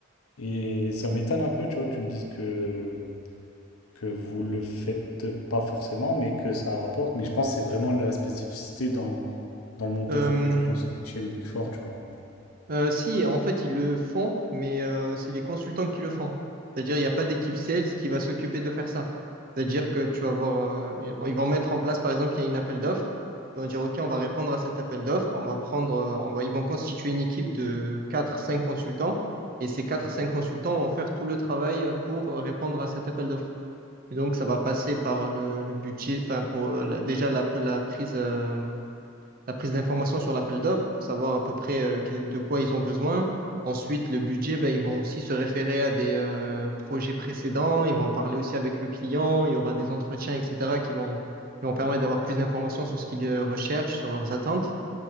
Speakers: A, on the left; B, on the right.
A: Et ça m'étonne un peu, tu vois, que tu me dises que, que vous le faites pas forcément, mais que ça rapporte. Mais je pense que c'est vraiment la spécificité dans, dans le monde
B: euh,
A: peut-être un peu du conseil chez les Big Four, tu vois.
B: Euh, si, en fait, ils le font, mais euh, c'est les consultants qui le font. C'est-à-dire, il n'y a pas d'équipe sales qui va s'occuper de faire ça. C'est-à-dire que tu vas voir, euh, ils vont mettre en place, par exemple, il y a une appel d'offres. Ils vont dire, OK, on va répondre à cet appel d'offres. On va prendre, euh, on va, ils vont constituer une équipe de quatre, cinq consultants. Et ces quatre, cinq consultants vont faire tout le travail euh, pour répondre à cet appel d'offres. Et donc, ça va passer par le, le budget, enfin, pour euh, la- déjà la, la prise. euh, la prise d'informations sur l'appel d'offres pour savoir à peu près euh, que- de quoi ils ont besoin. Ensuite, le budget, ben, ils vont aussi se référer à des euh, projets précédents, ils vont parler aussi avec le client, il y aura des entretiens, etc., qui vont, qui vont permettre d'avoir plus d'informations sur ce qu'ils euh, recherchent, sur leurs attentes.